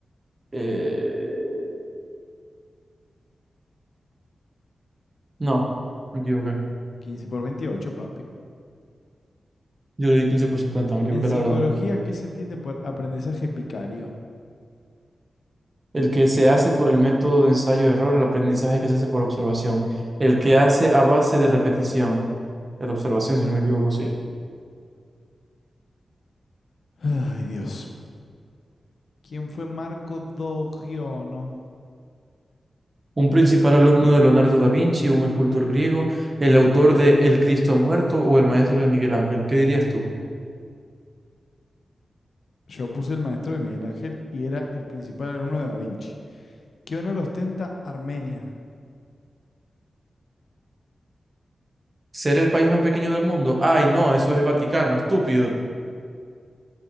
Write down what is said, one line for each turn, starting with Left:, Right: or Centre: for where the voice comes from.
Right: Eh, no, me equivoqué.
Left: Quince por 28, papi.
Right: Yo le di 15 por 50 me equivoqué,
Left: En psicología,
Right: la verdad.
Left: ¿qué se entiende por aprendizaje vicario?
Right: El que se hace por el método de ensayo-error, el aprendizaje que se hace por observación. El que hace a base de repetición, de la observación, si no me equivoco, sí.
Left: Ay, Dios. ¿Quién fue Marco Dogiono?
Right: Un principal alumno de Leonardo da Vinci, un escultor griego, el autor de El Cristo Muerto o el maestro de Miguel Ángel. ¿Qué dirías tú?
Left: Yo puse el maestro de Miguel Ángel y era el principal alumno de Da Vinci. ¿Qué honor ostenta Armenia?
Right: ¿Ser el país más pequeño del mundo? Ay, no, eso es el Vaticano, estúpido.